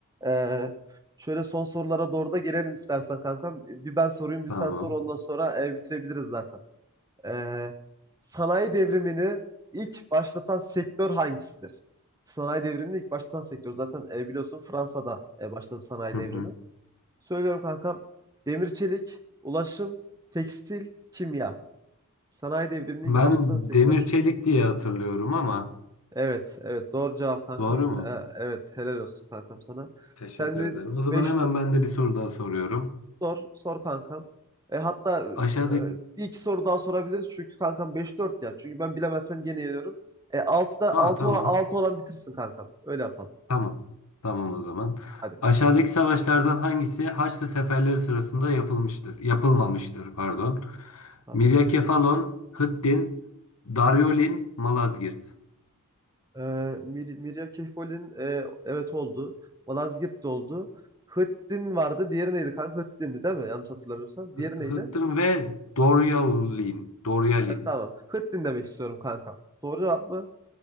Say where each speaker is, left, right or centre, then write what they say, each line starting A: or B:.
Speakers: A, on the right; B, on the left.
A: E, şöyle son sorulara doğru da gelelim istersen kankam. Bir ben sorayım bir
B: Tamam.
A: sen sor ondan sonra e, bitirebiliriz zaten. E, sanayi devrimini ilk başlatan sektör hangisidir? Sanayi devrimini ilk başlatan sektör. Zaten e, biliyorsun Fransa'da e, başladı sanayi
B: Hı
A: devrimi.
B: hı.
A: Söylüyorum kankam. Demir çelik, ulaşım, tekstil, kimya. Sanayi devriminin
B: Ben
A: ilk başlatan sektör.
B: demir çelik diye hatırlıyorum ama
A: Evet, evet doğru cevap kankam.
B: doğru mu?
A: Ee, evet helal olsun kankam sana.
B: Teşekkür
A: Sendeyiz
B: ederim. O zaman
A: 5
B: hemen ben de bir soru daha soruyorum.
A: sor, sor kankam. E, hatta e,
B: Aşağıdaki...
A: bir iki soru daha sorabiliriz çünkü kankam beş dört ya. Çünkü ben bilemezsem gene yeniyorum. E, 6'da 6
B: Aa tamam.
A: olan, 6 olan bitirsin kankam. Öyle yapalım.
B: Tamam. Tamam o zaman.
A: Hadi.
B: Aşağıdaki savaşlardan hangisi Haçlı seferleri sırasında yapılmıştır? Yapılmamıştır, pardon.
A: Tamam.
B: Miryakefalon, Hıttin, Daryolin, Malazgirt.
A: Ee, Mir Mirya Kehfol'in e, evet oldu. Malazgirt de oldu. Hıttin vardı. Diğeri neydi kanka? Hıttin'di değil mi? Yanlış hatırlamıyorsam.
B: Hı-
A: Diğeri neydi?
B: Hıttin ve Doryalin. Doryalin.
A: Evet, tamam. Hıttin demek istiyorum kanka. Doğru cevap mı?